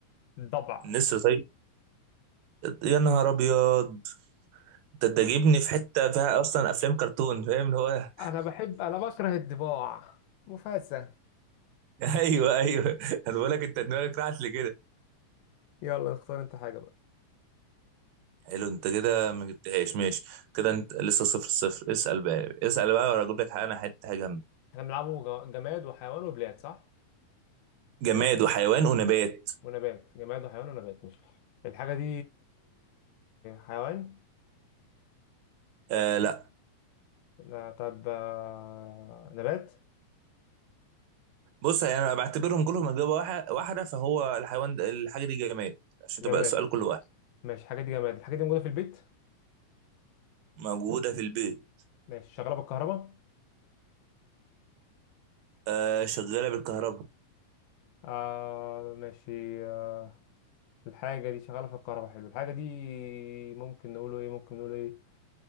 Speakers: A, on the left; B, on the right.
A: ضبع
B: النسر طيب يا نهار ابيض ده ده جايبني في حته فيها اصلا افلام كرتون فاهم اللي هو
A: انا بحب انا بكره الضباع مفاسة
B: <laughs> ايوه ايوه انا بقول لك انت دماغك راحت لكده
A: يلا اختار انت حاجة بقى
B: حلو انت كده ما جبتهاش ماشي كده انت لسه صفر صفر اسال بقى اسال بقى ولا اجيب لك حاجه؟ انا حته حاجه جامده
A: احنا بنلعبه ج- جماد وحيوان وبلاد صح
B: جماد وحيوان ونبات
A: ونبات جماد وحيوان ونبات مش الحاجة دي حيوان
B: آه لا
A: لا طب آه، نبات
B: بص يعني انا بعتبرهم كلهم اجابه واحد- واحده فهو الحيوان ده الحاجه دي جماد عشان
A: جماد
B: تبقى السؤال كل واحد
A: ماشي الحاجة دي جماد الحاجة دي موجودة في البيت
B: موجوده في البيت
A: ماشي شغالة بالكهرباء
B: آه شغاله بالكهرباء
A: آه ماشي آه الحاجة دي شغالة في الكهرباء حلو الحاجة دي ممكن نقوله ايه ممكن نقوله ايه